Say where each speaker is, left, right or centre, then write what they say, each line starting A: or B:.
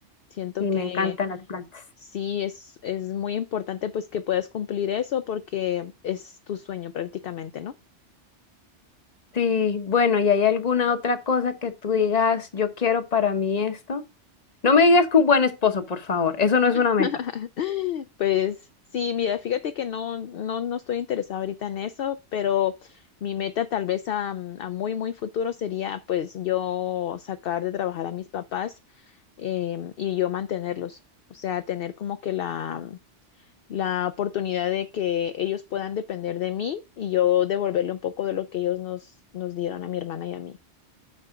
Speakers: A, on the left; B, on the left.
A: Siento
B: y
A: que
B: me encantan las plantas.
A: sí es es muy importante pues que puedas cumplir eso porque es tu sueño prácticamente, ¿no?
B: Sí, bueno, ¿y hay alguna otra cosa que tú digas, yo quiero para mí esto? No me digas que un buen esposo, por favor. Eso no es una meta.
A: <laughs> Pues sí, mira, fíjate que no, no, no estoy interesada ahorita en eso, pero mi meta tal vez a, a muy, muy futuro sería pues yo sacar de trabajar a mis papás em, y yo mantenerlos, o sea, tener como que la, la oportunidad de que ellos puedan depender de mí y yo devolverle un poco de lo que ellos nos, nos dieron a mi hermana y a mí.